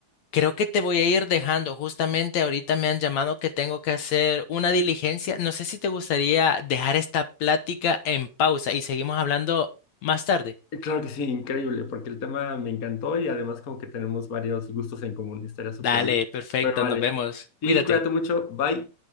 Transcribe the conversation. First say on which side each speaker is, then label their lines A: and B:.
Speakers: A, on the left; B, on the left.
A: creo que te voy a ir dejando. Justamente ahorita me han llamado que tengo que hacer una diligencia. No sé si te gustaría dejar esta plática en pausa y seguimos hablando más tarde.
B: Claro que sí, increíble, porque el tema me encantó y además como que tenemos varios gustos en común, estaría súper
A: Dale,
B: bien.
A: perfecto,
B: Pero vale,
A: nos vemos.
B: sí,
A: Cuídate.
B: cuídate mucho, bye.